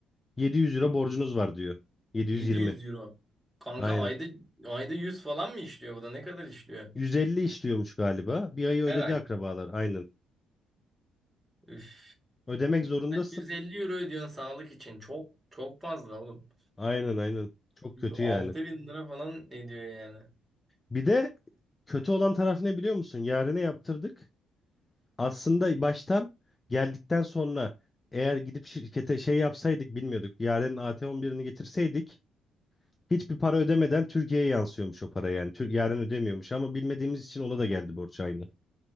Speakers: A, on the left (about 15°); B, in the centre.
A: 700 euro borcunuz var diyor. 720.
B: 700 euro. Kanka
A: Aynen.
B: ayda ayda 100 falan mı işliyor bu da ne kadar işliyor?
A: 150 işliyormuş galiba. Bir ayı ödedi
B: Her ay.
A: akrabalar. Aynen.
B: Üf.
A: Ödemek zorundasın.
B: 150 euro ödüyorsun sağlık için. Çok çok fazla oğlum.
A: Aynen aynen. Çok kötü
B: 6000
A: yani.
B: lira falan ediyor yani.
A: Bir de kötü olan taraf ne biliyor musun? Yarına yaptırdık. Aslında baştan geldikten sonra eğer gidip şirkete şey yapsaydık bilmiyorduk. Yaren'in AT11'ini getirseydik Hiçbir para ödemeden Türkiye'ye yansıyormuş o para yani. Tür yarın ödemiyormuş ama bilmediğimiz için ona da geldi borç aynı.